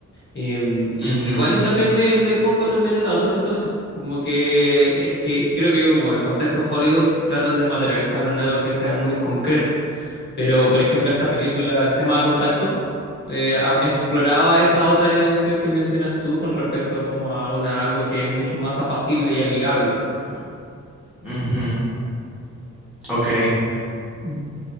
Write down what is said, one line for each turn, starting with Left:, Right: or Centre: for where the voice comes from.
Left: Em, y
Centre: Ujú,
Left: igual yo también me, me pongo también en la otra situación, como que es que creo que yo como el contexto Hollywood tratan de materializarlo en algo que sea muy concreto, pero por ejemplo esta película que se llama Contacto eh, a- exploraba esa otra dimensión que mencionas tú con respecto a como a una algo que es mucho más apacible y amigable, de cierta manera.
Centre: ujú, Ok.
Left: Mm.